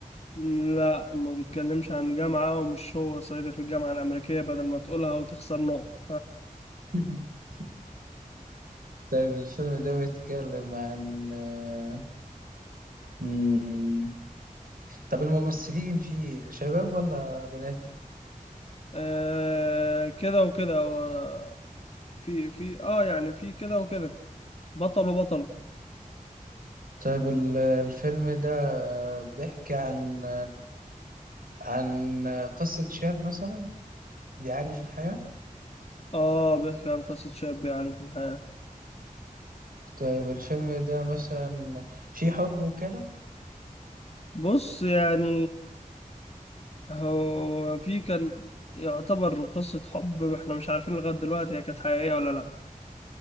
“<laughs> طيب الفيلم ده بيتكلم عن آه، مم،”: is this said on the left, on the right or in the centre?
Right